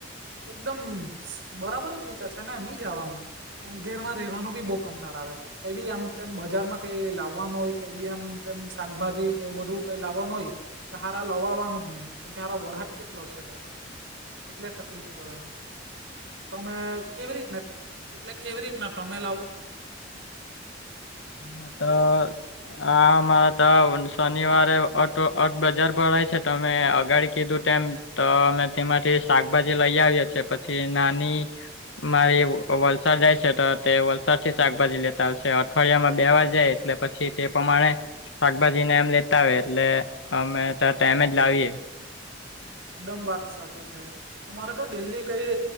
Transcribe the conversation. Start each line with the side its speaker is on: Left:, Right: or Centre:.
Right: એકદમ બરાબર જ વિચાર છે ને નહી જવાનું. પણ ઘેરમાં રહેવાનું બી બહુ કંટાળો આવે. કઈ બી આમ બજારમાં કઈ લાવવાનું હોય કઈ બી આમ તેમ શાકભાજી કે બધું કઈ લાવવાનું હોય. તે હારા લવાવાનું જ નહી, તે હારો વરસાદ કેટલો છે, એટલે તકલીફ પડે. તમે કેવી રીતને એટલે કેવી રીતના તમે લાવો?
Left: અ એમાં તો આમાં તો... શનિવારે ઓટો બજાર ભાય છે તો અમે અગાડી કીધું તેમમ તો અમે... તે માટે શાકભાજી લઈ આવી પછી નાની... મારી વલસાડ જાય છે તો તે વલસાડ થી શાકભાજી લેતા આવશે, અઠવાડિયામાં બે વાર જાય એટલે પછી તે પ્રમાણે... શાકભાજીને એમ લેતા આવે એટલે અમે ત ટઈમે જ લાવીએ.
Right: એકદમ વાત સાચી છે. અમારે તો ડેલી કઈ